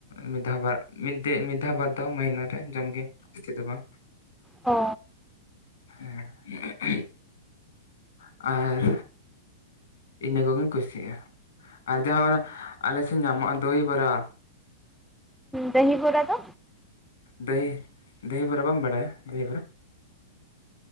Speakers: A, on the left; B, in the centre.
A: ᱢᱤᱫ ᱫᱷᱟ ᱵᱟᱨ ᱢᱤᱫ ᱫᱤ ᱢᱤᱫ ᱫᱷᱟᱣ ᱵᱟᱨ ᱫᱷᱟᱣ ᱢᱟᱹᱦᱱᱟᱹ ᱨᱮ ᱡᱚᱢᱜᱤᱧ᱾ <unintelligible> ᱫᱟ ᱵᱟᱝ
B: ᱚᱻ᱾
A: ᱦᱮᱸ᱾ <unintelligible> ᱟᱨᱻ᱾ ᱤᱱᱟᱹ ᱠᱚᱜᱮᱧ ᱠᱩᱥᱤᱭᱟᱜᱼᱟ᱾ ᱟᱨ ᱡᱟᱦᱟᱸ ᱟᱞᱮᱥᱮᱱ ᱧᱟᱢᱚᱜᱼᱟ ᱫᱳᱭ ᱵᱚᱨᱟ᱾
B: ᱫᱟᱹᱦᱤ ᱵᱷᱳᱨᱟ ᱫᱚ
A: ᱫᱟᱹᱦᱮ ᱫᱟᱹᱦᱮ ᱵᱷᱚᱨᱟ ᱵᱟᱢ ᱵᱟᱰᱟᱭᱟ? ᱫᱟᱹᱦᱮ ᱵᱷᱚᱨᱟ᱾